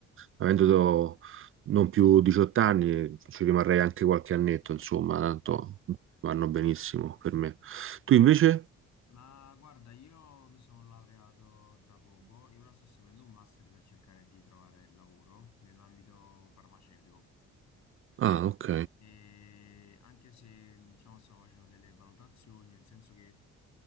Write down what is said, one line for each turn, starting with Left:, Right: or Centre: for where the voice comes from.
Right: avendo do- non più 18 anni, ci rimarrei anche qualche annetto, insomma, tanto
Left: Mhm.
Right: vanno benissimo per me. Tu invece?
Left: Ma guarda, io mi sono laureato da poco e ora sto seguendo un master per cercare di trovare lavoro nell'ambito farmaceutico.
Right: Ah, ok.
Left: E anche se, diciamo, stavo facendo delle valutazioni, nel senso che